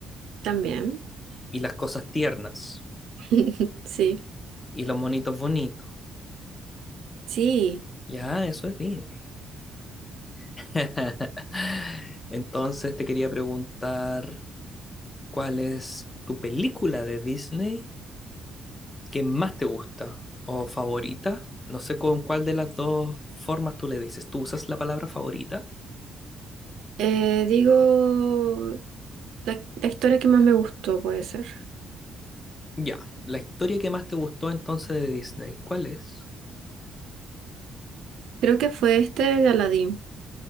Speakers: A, on the right; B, on the left.
A: también.
B: y las cosas tiernas,
A: <laughs> Sí,
B: y los monitos bonitos.
A: sí.
B: Ya, eso es Disney. <laughs> Entonces te quería preguntar, ¿cuál es tu película de Disney que más te gusta o favorita? No sé con cuál de las dos formas tú le dices. ¿Tú usas la palabra favorita?
A: Eh, digo, la, la historia que más me gustó puede ser.
B: Ya, la historia que más te gustó entonces de Disney, ¿cuál es?
A: Creo que fue este de Aladdin,